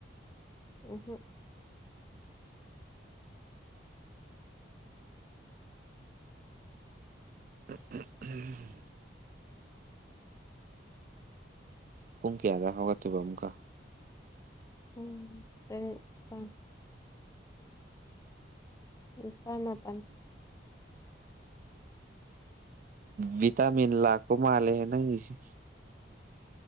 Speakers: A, on the left; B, on the right.
A: ꯎꯝꯍꯝ
B: <unintelligible> ꯄꯨꯡ ꯀꯌꯥꯗ ꯍꯧꯒꯠꯇꯣꯏꯕ ꯑꯃꯨꯛꯀ
A: ꯄꯨꯛ ꯇꯔꯦꯠ ꯅꯤꯄꯥꯟ ꯅꯤꯄꯥꯟ ꯃꯄꯥꯟ
B: ꯚꯤꯇꯥꯝꯤꯟ ꯂꯥꯛꯄ ꯃꯥꯟꯂꯦ ꯍꯦ ꯅꯪꯒꯤꯁꯤ